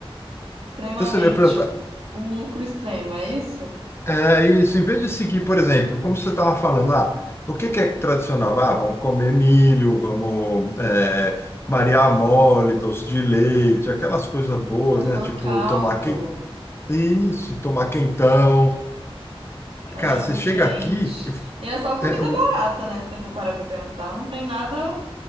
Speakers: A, on the right; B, on the left.
A: extremamente
B: então você vê, por exemplo,
A: o lucro extremo, é isso?
B: É isso, em vez de seguir, por exemplo, como você estava falando, ah, o que que é tradicional? Ah, vamos comer milho, vamos é, Maria mole, doce de leite, aquelas coisas boas,
A: Aham,
B: né? Tipo,
A: caldo,
B: tomar quem... isso, tomar quentão.
A: cachorro
B: Cara, você chega
A: quente.
B: aqui, eu-
A: E é só comida
B: é, o-
A: barata, né? Se você for parar pra pensar, não tem nada,